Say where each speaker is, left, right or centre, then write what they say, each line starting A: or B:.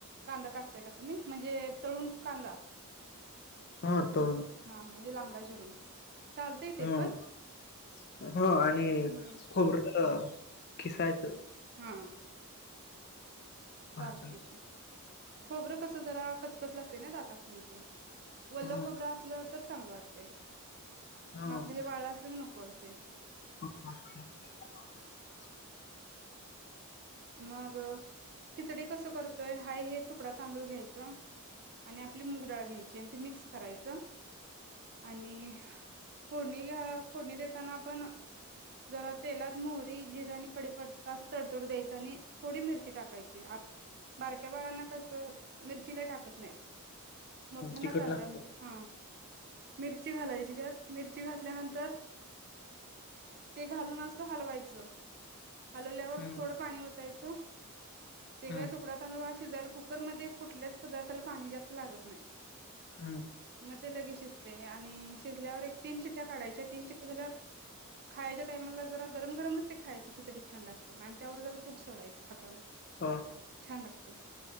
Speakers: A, on the right (about 45°); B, on the left (about 45°).
A: कांदा टाक ताय का तुम्ही म्हणजे तळून कांदा
B: हा तळून
A: हा म्हणजे लांबडा चिरून चालतय ते
B: हम
A: पण
B: ह आणि
A: हम्म
B: खोबरं अ किसायच
A: हा.
B: भाजून
A: चालतय की खोबरं कस जरा कचकच लाग तय ना दाता खाली ते वल्ल
B: ह
A: खोबरं असल तर चांगलं वाटतय
B: ह
A: म आपल हे वळल असलं की नको वाट ते
B: <unintelligible>
A: मग खिचडी कस करतोय हाय हे तुकडा तांदूळ घ्यायच आणि आपली मुग डाळ घ्यायची, आणि ती मिक्स करायचं आणि फोडणी अ फोडणी देत तेला पण जरा तेलात मोहरी, जिरा आणि कडीपत्ता असं तडतडू द्यायची. <unintelligible> थोडी मिरची टाकायची. बारक्या बाळांना कस मिरची लयं टाकत नाहीत. मोठ्यांना
B: तिकट
A: चालतंय
B: लागते
A: मग, हा मिरची घालायची, त्यात मिरची मिरची घातल्या नंतर, ते घालून असं हलवायचं. हलवल्यावर
B: हम्म
A: थोडं पाणी वतायचं ते
B: हम्म
A: काय तुकडा तांदुळ शिजायला कुकरमध्ये कुठल्याचं पदार्थला पाणी जास्त लागत नाहीत.
B: हम्म!
A: ते लगेच शिजतयं, आणि शिजल्यावर एक तीन शिट्या काढायच्या, तीन शिट्या झाल्यावर खायच्या टाइमाला जरा गरम गरमचं ते खायच खिचडी छान लागत. त्यावर जरा तूप सोडायचं खाताना
B: ह
A: छान लागते.